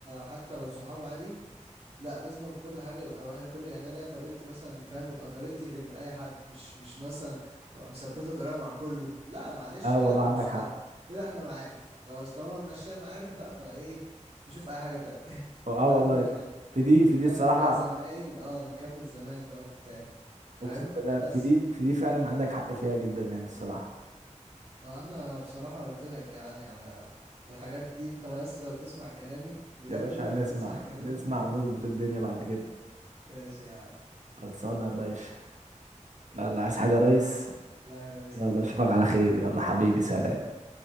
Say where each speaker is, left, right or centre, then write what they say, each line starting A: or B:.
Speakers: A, on the right; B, on the right.
A: حتى لو صحاب عادي لا لازم كل حاجة يبقى الواحد كل يعني انا ليا طريقتي مثلا فاهم يبقى طريقتي غير اي حد مش مش مثلا تبقى مثبتة طريقة مع كله لا معلش
B: اه
A: كده
B: والله
A: احنا
B: عندك
A: مش صحاب
B: حق
A: كده احنا معارف خلاص طالما ماشية معارف بقى فايه نشوف اي حاجة تانية <laughs>
B: اه
A: فاهم
B: والله
A: يعني
B: في دي في دي
A: كمل
B: الصراحه
A: بقى زمايل اه نكمل زمايل بقى وبتاع فاهم
B: اقسم بالله
A: بس
B: في دي في دي فعلا عندك حق فيها جدا يعني الصراحه
A: ما انا بصراحة قلت لك يعني على الحاجات دي انت لو بس لو بتسمع كلامي بجد
B: يا باشا
A: انت
B: نسمع
A: لو تسمع كلامي
B: نسمع
A: <laughs>
B: ونظبط الدنيا بعد كده
A: ماشي يا عم
B: خلصانه يا باشا يلا عايز حاجه يا ريس
A: لا يا ريس
B: يلا
A: حبيبي
B: اشوفك على خير يلا حبيبي
A: ماشي
B: سلام